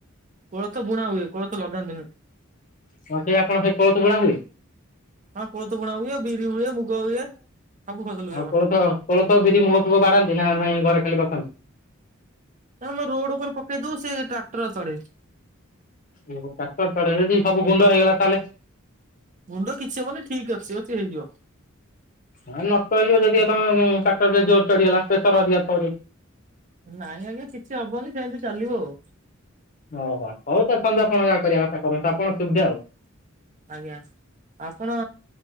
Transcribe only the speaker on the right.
କୋଳଥ ବୁଣା ହୁଏ କୋଳଥ ଲଗାନ୍ତିନି।
ହଁ କୋଳଥ ବୁଣା ହୁଏ ବିିରି ହୁଏ ମୁଗ ହୁଏ। ସବୁ ଫସଲ ହୁଏ
ଆମର।
ନା ଆମେ ରୋଡ ଉପରେ ପକେଇ ଦଉ ସେ ଟ୍ରାକ୍ଟର ଚଢେ।
ଗୁଣ୍ଡ କିଛି ହବନି ଠିକ ଅଛି ଅଛି ହେଇଯିବ।
ନାଇଁ ଆଜ୍ଞା କିଛି ହବନି ସେମିତି ଚାଲିବ
ଆଉ।
ଆଜ୍ଞା ଆପଣ